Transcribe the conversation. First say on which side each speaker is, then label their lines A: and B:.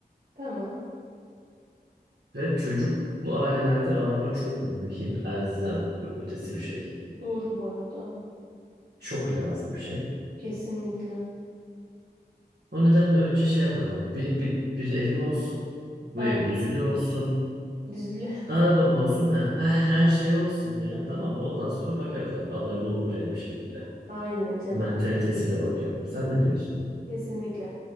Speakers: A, on the right (about 60°); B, on the right (about 80°).
A: Tamam.
B: Ve çocuklu ailelerde araba çok mühim, elzem, ötesi bir şey.
A: Doğru bu arada.
B: Çok lazım bir şey.
A: Kesinlikle.
B: O nedenle önce şey yaparım hani benim bir, bir evim olsun,
A: Aynen.
B: bu ev düzülü olsun,
A: Düzle.
B: arabam olsun, <laughs> ha, her şey olsun yani tamam mı? Ondan sonra bakarız abi aday bulunur yani bir şekilde.
A: <laughs> Aynen canım.
B: mentalitesiyle bakıyorum. Sen ne diyorsun?
A: Kesinlikle.